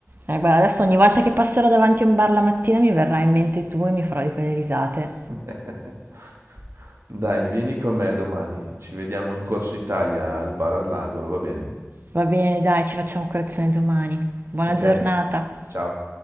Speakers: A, on the right; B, on the right.
A: Eh, guarda, adesso ogni volta che passerò davanti a un bar la mattina mi verrà in mente tu e mi farò di quelle risate.
B: <laughs> Dai, vieni con me domani. Ci vediamo in Corso Italia al bar all'angolo, va bene?
A: Va bene, dai, ci facciamo colazione domani. Buona
B: Ok,
A: giornata.
B: ciao.